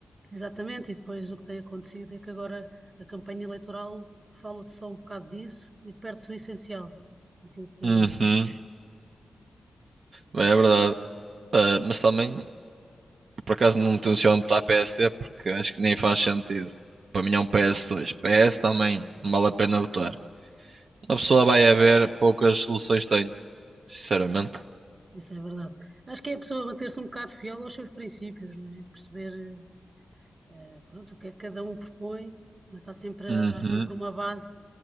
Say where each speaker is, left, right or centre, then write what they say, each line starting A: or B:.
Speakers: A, on the right (about 30°); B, on the right (about 70°).
A: Exatamente, e depois o que tem acontecido é que agora a campanha eleitoral fala-se só um bocado disso e perde-se o essencial, aquilo que
B: Uhum. Bem, é verdade. Ah, mas também, por acaso, não me tenciono botar PSD porque acho que nem faz sentido. Para mim é um P S dois 2 PS também não vale a pena votar. A pessoa vai a ver, poucas soluções tem, sinceramente.
A: é. né, Isso é verdade. Acho que é a pessoa manter-se um bocado fiel aos seus princípios, não é? Perceber, eh, pronto, o que é que cada um propõe, mas há sempre,
B: Uhum,
A: há sempre uma base,